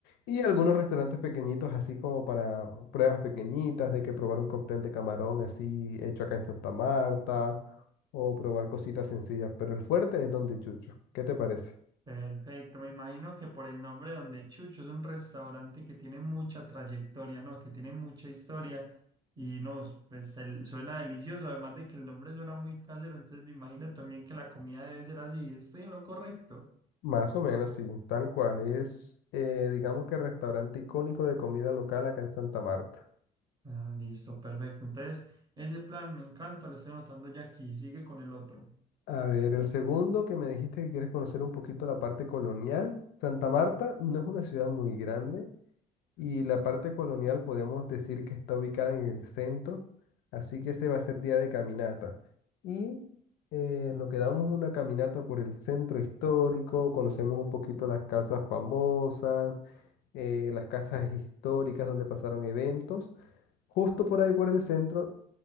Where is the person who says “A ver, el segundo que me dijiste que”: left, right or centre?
Left